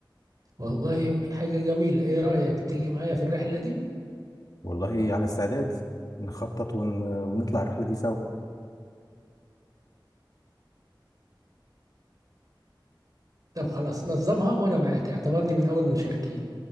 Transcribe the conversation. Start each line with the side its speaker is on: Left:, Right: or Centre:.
Right: والله حاجة جميلة ايه رأيك تيجي معايا في الرحلة دي
Left: والله على استعداد نخطط ون... ونطلع الرحله دي سوا
Right: طب خلاص نظمها وانا معاك اعتبرني من اول مشاركين